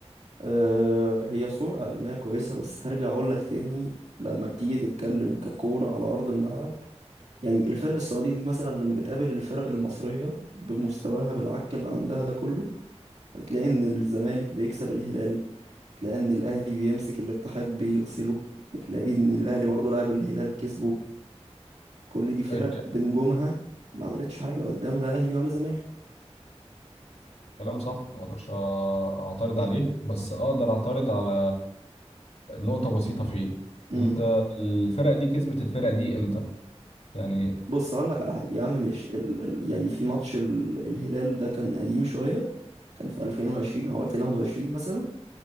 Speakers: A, on the right (about 80°); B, on the left (about 70°).
A: آه هي صوره عالميه كويسه بس هرجع اقول لك تاني لما بتيجي تتكلم ككوره على ارض الملعب يعني الفرق السعودية دي مثلا لما بتقابل الفرق المصرية بمستواها بالعك اللي عندها ده كله بتلاقي ان الزمالك بيكسب الهلال بتلاقي ان الاهلي بيمسك الاتحاد بيغسله بتلاقي ان الاهلي برضه لعب الهلال كسبه كل دي فرق
B: فالكلام
A: بنجومها ما عملتش حاجة قدام لا اهلي ولا زمالك
B: صح ما أقدرش أعترض عليه بس أقدر أعترض على نقطة بسيطة فيه
A: امم
B: أنت الفرقة دي كسبت الفرقة دي إمتى؟ يعني
A: بص هقول لك على حاجة يا عم ماشي ال... ال... يعني في ماتش ال... الهلال ده كان قديم شوية كان في 2020 او 2021 مثلا